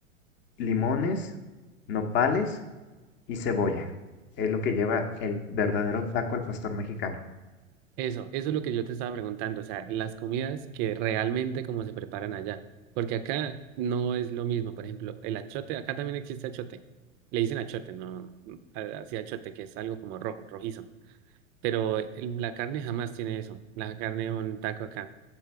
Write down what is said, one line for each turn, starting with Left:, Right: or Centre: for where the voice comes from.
Left: limones, nopales y cebolla. Es lo que lleva el verdadero taco al pastor mexicano.
Right: Eso, eso es lo que yo te estaba preguntando, o sea, las comidas que realmente como se preparan allá, porque acá no es lo mismo, por ejemplo, el achote, acá también existe achote, le dicen achote, no, a- así achote, que es algo como rojo, rojizo, pero el- la carne jamás tiene eso, la carne de un taco acá,